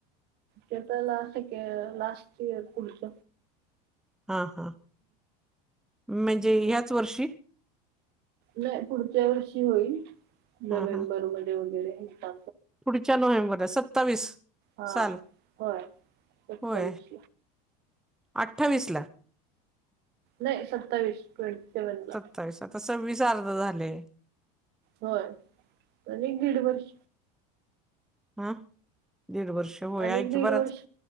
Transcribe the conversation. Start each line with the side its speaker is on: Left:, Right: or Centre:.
Right: ते अता लास्ट इक लास्ट आहे पुढच
Centre: हा हां म्हणजे याच वर्षी.
Right: नाही पुढच्या वर्षी होईल नोव्हेंबर
Centre: हा हा
Right: मध्ये वगैरे हे का
Centre: पुढच्या नोव्हेंबरला सत्तावीस
Right: हा
Centre: साल
Right: होय सत्तावीस
Centre: होय आट - अठ्ठावीस ला.
Right: नाही सत्तावीस ट्वेंटी सेवन ला.
Centre: सत्तावीस अता सव्वीस अर्ध झालय.
Right: होय आणि दीड वर्ष.
Centre: हा दीड वर्ष होय
Right: आणि
Centre: हाय की
Right: दीड
Centre: बराच
Right: वर्ष